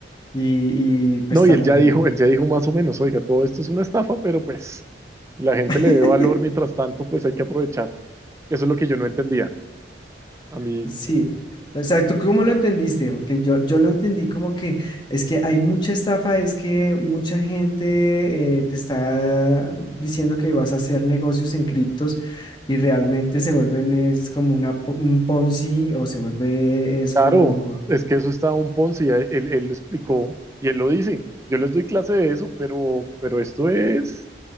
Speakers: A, on the left; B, on the right.
A: Y, y pues
B: No,
A: también
B: y él ya dijo, él ya dijo más o menos, oiga, todo esto es una estafa, pero pues la
A: <laughs>
B: gente le ve valor mientras tanto, pues hay que aprovechar. Eso es lo que yo no entendía. A mí,
A: Sí, o sea, ¿tú cómo lo entendiste? Porque yo, yo lo entendí como que es que hay mucha estafa, es que mucha gente eh, te está diciendo que vas a hacer negocios en criptos y realmente se vuelven, es como una, po- un Ponzi o se vuelve, es
B: claro,
A: como,
B: es que eso está un Ponzi, él, él lo explicó y él lo dice. Yo les doy clase de eso, pero, pero esto es.